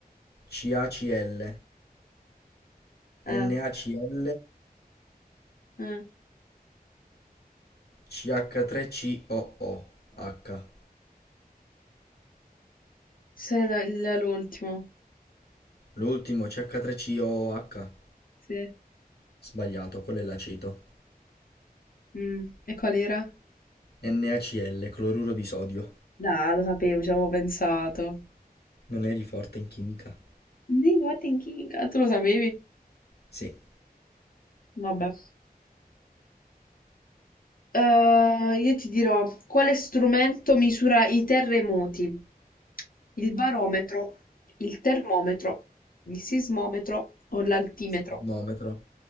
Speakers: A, on the left; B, on the left.
A: CACL,
B: eh,
A: NaCl,
B: eh.
A: CH3COOH.
B: Sei la- il- l'ultimo.
A: L'ultimo CH3COOH.
B: Sì.
A: Sbagliato, quello è l'aceto.
B: Mm, E qual era?
A: NaCl, cloruro di sodio.
B: No, lo sapevo, ci avevo pensato.
A: Non eri forte in chimica?
B: Sì, Martin King. Ah, tu lo sapevi?
A: Sì.
B: Vabbè. Eh, io ti dirò, quale strumento misura i terremoti? Il barometro, il termometro, il sismometro o l'altimetro?
A: Sismometro.